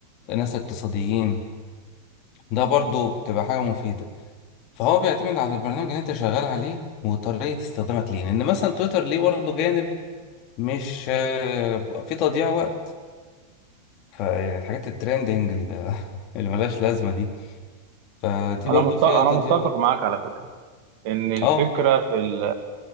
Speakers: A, on the left (about 40°); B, on the right (about 50°).
A: ناس اقتصاديين ده برضو بتبقى حاجة مفيدة فهو بيعتمد على البرنامج اللي انت شغال عليه وطريقة استخدامك ليه لان مثلا تويتر ليه برضه جانب مش آه، في تضييع وقت فيعني الحاجات الترندنج اللي <laughs> اللي ملهاش لازمة دي فدي
B: انا
A: برضو
B: مت...
A: فيها
B: انا
A: تضييع
B: متفق
A: وقت
B: معاك على فكره ان الفكره
A: اه
B: في ال...